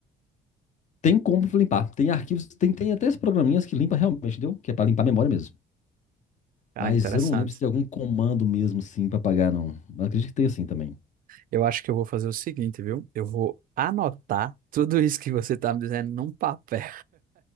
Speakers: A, on the left; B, on the right.
A: tem como limpar. Tem arquivos, tem, tem até esses programinhas que limpa realmente, entendeu? Que é para limpar a memória mesmo.
B: Cara,
A: Mas
B: interessante.
A: eu não lembro se tem algum comando mesmo sim para apagar, não. Mas acredito que tem assim também.
B: Eu acho que eu vou fazer o seguinte, viu? Eu vou anotar tudo isso que você tá me dizendo num papel